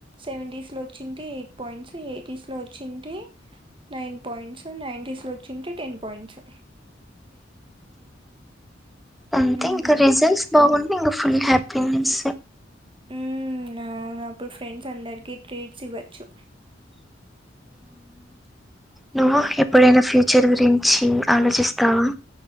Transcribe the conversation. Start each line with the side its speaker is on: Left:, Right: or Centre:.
Right: సెవెంటీస్లో వచ్చింటే ఎయిట్ పాయింట్స్ సో ఎయిటీస్లో వచ్చింటే నైన్ పాయింట్స్ నైన్ంటీస్లో వచ్చింటే టెన్ పాయింట్స్
Centre: అంతే
Right: ఉమ్
Centre: ఇంక రిజల్ట్స్ బాగుంటే ఇంక ఫుల్ హ్యా పౌన్స
Right: మ్మ్ అవును అప్పుడు ఫ్రెండ్స్ అందరికి ట్రీట్స్ ఇవ్వచ్చు
Centre: నువ్ ఎప్పుడైనా ఫ్యు చర్ గురించి ఆలోచిస్తావా